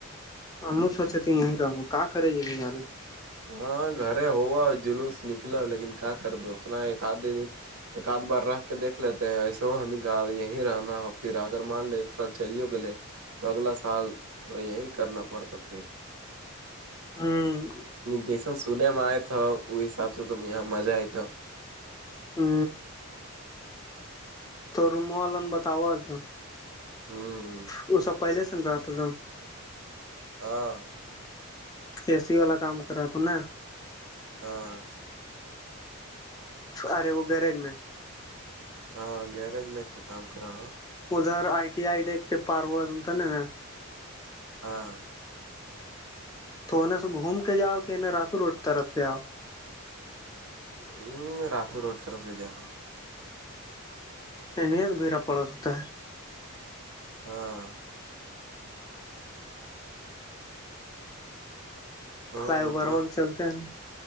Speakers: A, on the left; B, on the right.
A: ہم سوچے یہیں رہو کہ کرے جی اراری
B: ہاں گھر ہوا جلوس نکلو لیکن کیا کرو اتنا ایک آدے دن ایکد بار رہ کے دھ لیتے ہیں ایسے ہمیں کہا یہیں رہنا ہو پھر اگر مان لے ایک سال چلی ہو گلے تو اگلا سال اور یہیں کرنا پڑتا پھر
A: ہوں
B: جیسن سنے میں آئے تھا ا حساب سے تو یہاں مزہ آئے تھا
A: ہو تو روموں والا نے بتاؤا آ تھا
B: ہوں
A: وہ سب پہلے سن رہا تھا
B: ہاں
A: اے سی والا کام کر رہا نا
B: ہاں
A: ارے وہ گرج میں
B: ہاں گارج میں ایک کام کرا ہ
A: ادھر آئی ٹی آئی ڈ پارو ا ان تو ن نا
B: ہاں
A: تو انہیں سے گھوم کے جاؤ کہ انہیں راتو روڈ طرف سے آؤ
B: ہاں راتو روڈ طرف سے جا ہاں
A: انیت بھیڑا پڑ س ہوتا ہے
B: ہاں
A: فلائی
B: اور بتا
A: اوور وق چلتے ہیں